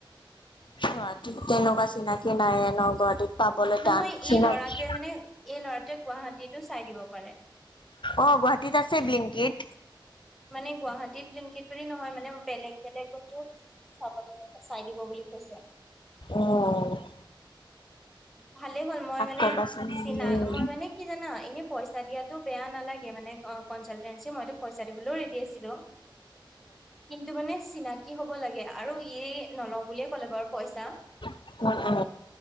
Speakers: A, on the left; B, in the centre.
A: গুৱাহাটীত তেনেকুৱা চিনাক নাইয়ে ন' গুৱাহাটীত৷ পাবলৈ
B: নহয়
A: টান চিনাকি
B: এই লৰাটোৱে মানে, এই লৰাটোৱে গুৱাহাটীতো চাই দিব পাৰে৷
A: অ গুৱাহাটীত আছে ব্লিংকিত
B: মানে গুৱাহাটীত ব্লিংকিট বুলি নহয় মানে- বেলেগ বেলেগতো- চাবলৈ চাই দিব বুলি কৈছে৷
A: অ '
B: ভালে হ'ল মই মানে
A: কবাচোন
B: চিনা-মই
A: উম
B: মানে কি জানা ল, এনে পইচা দিয়াতো বেয়া নালাগে মানে অ', কনচালটেঞ্চি মইতো পইচা দিবলৈও ৰেডি আছিলো৷ কিন্তু মানে- চিনাকি হ'ব লাগে। আৰু ই নলওঁ বুলিয়ে ক'লে বাৰু পইচা <inaudible>
A: উম উম